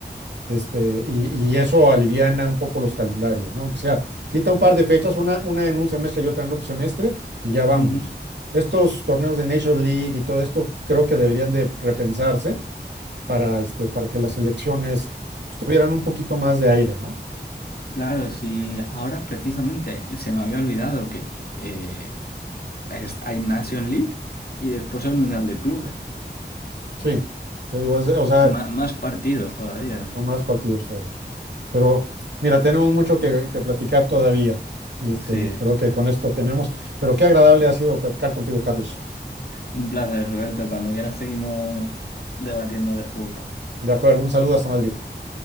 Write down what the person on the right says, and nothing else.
Este, y, y eso aliviana un poco los calendarios, ¿no? Aunque sea, quita un par de fechas, una, una en un semestre y otra en otro semestre, y ya vámonos.
Estos torneos de Nations League y todo esto creo que deberían de repensarse para, este, para que las elecciones pues, tuvieran un poquito más de aire, ¿no?
Sí, te digo, es- o sea,
son más partidos todavía. Pero mira, tenemos mucho que, que platicar todavía. Y, este,
y creo que con esto tenemos. Pero qué agradable ha sido platicar contigo, Carlos.
De acuerdo, un saludo hasta Madrid.